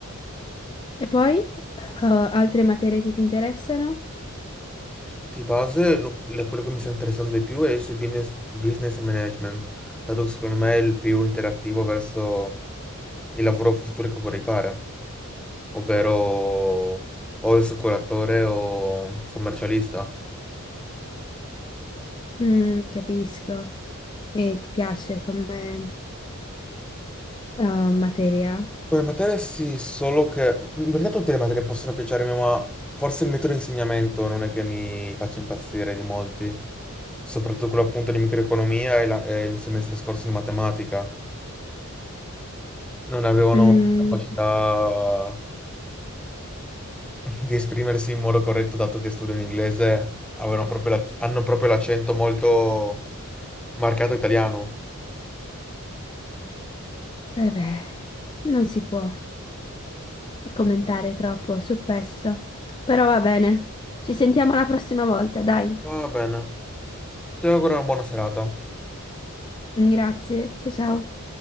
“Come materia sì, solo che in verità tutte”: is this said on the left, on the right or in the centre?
Centre